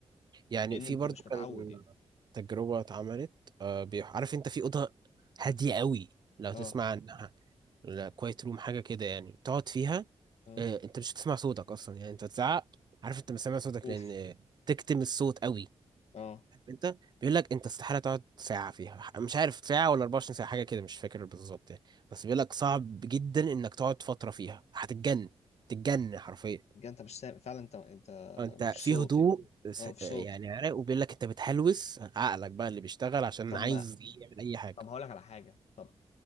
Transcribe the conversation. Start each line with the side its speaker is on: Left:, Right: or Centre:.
Right: يعني
Left: لأن
Right: في
Left: أنت
Right: برضو
Left: مش
Right: كان
Left: متعود يعني
Right: تجربة اتعملت آه، بي- عارف انت في أوضة هادية قوي لو
Left: اه
Right: تسمع عنها لا كوايت روم حاجة كده يعني تقعد فيها
Left: اه
Right: آه، انت مش هتسمع صوتك اصلا يعني انت تزعق عارف انت مش سامع صوتك
Left: اوف
Right: لان آه، تكتم الصوت قوي
Left: اه
Right: عارف انت بيقول لك انت استحالة تقعد ساعة فيها مش عارف ساعة ولا 24 ساعة حاجة كده مش فاكر بالظبط يعني بس بيقول لك صعب جدا انك تقعد فترة فيها هتتجن تتجن حرفيا
Left: بجد انت مش سامع فعلا انت انت
Right: انت
Left: مفيش
Right: في
Left: صوت
Right: هدوء
Left: يعني
Right: س-
Left: اه مفيش
Right: يعني
Left: صوت
Right: عراق وبيقول لك انت بتحلوس عقلك بقى اللي بيشتغل عشان
Left: طب
Right: عايز
Left: ما
Right: يعمل اي حاجه
Left: طب هقول لك على حاجة طب